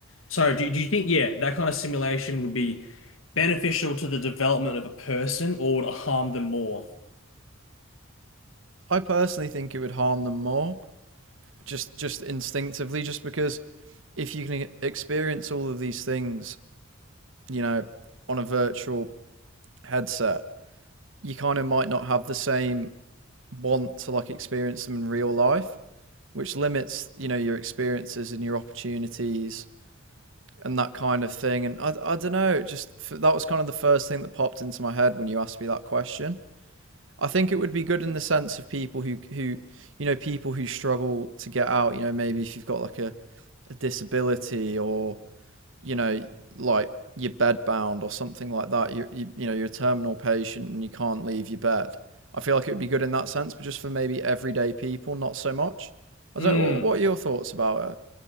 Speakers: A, on the left; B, on the right.
A: So do, do you think, yeah, that kind of simulation would be beneficial to the development of a person, or would it harm them more?
B: I personally think it would harm them more, just just instinctively, just because if you can e-, experience all of these things, you know, on a virtual headset, you kind of might not have the same want to like experience them in real life, which limits, you know, your experiences and your opportunities and that kind of thing. And I, I don't know, it just that was kind of the first thing that popped into my head when you asked me that question I think it would be good in the sense of people who who you know people who struggle to get out. You know, maybe if you've got like a, a disability or you know like you're bed bound or something like that. You, you you know you're a terminal patient and you can't leave your bed. I feel like it would be good in that sense, but just for maybe everyday people, not so much. I
A: Hmm.
B: don't. What, what are your thoughts about it?